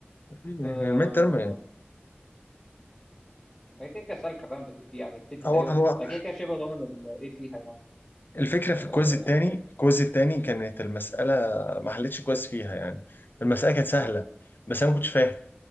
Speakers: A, on the left; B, in the centre.
A: الميد
B: آه،
A: ترم
B: هي كده كده سالكه فاهم بتدي يعني بتدي
A: هو
B: تقريبا
A: هو
B: هي كده كده شبه ضامن الايه فيها يعني
A: الفكره في
B: اه
A: الكويز التاني الكويز التاني كانت المساله ما حلتش كويس فيها يعني المساله كانت سهله بس انا ما كنتش فاهم